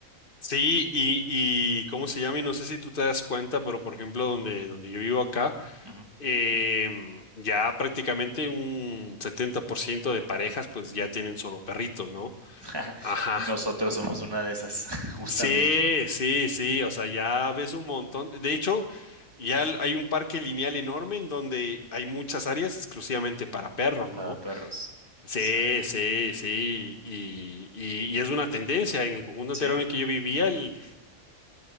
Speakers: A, on the left (about 40°); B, on the right (about 15°).
A: Sí, y, y ¿cómo se llama? Y no sé si tú te das cuenta, pero por ejemplo, donde, donde yo vivo acá,
B: Ujú.
A: em, ya prácticamente un 70% de parejas pues ya tienen solo perritos, ¿no?
B: <laughs>
A: Ajá.
B: Nosotros somos una de esas, <laughs> justamente,
A: Sí, sí, sí, o sea, ya ves un montón. De hecho, ya l- hay un parque lineal enorme en donde hay muchas áreas exclusivamente para perros,
B: para
A: ¿no?
B: perros.
A: Sí,
B: Sí.
A: sí, sí, y, y, y es una tendencia. En el conjunto
B: Sí,
A: entero en el que yo vivía, el,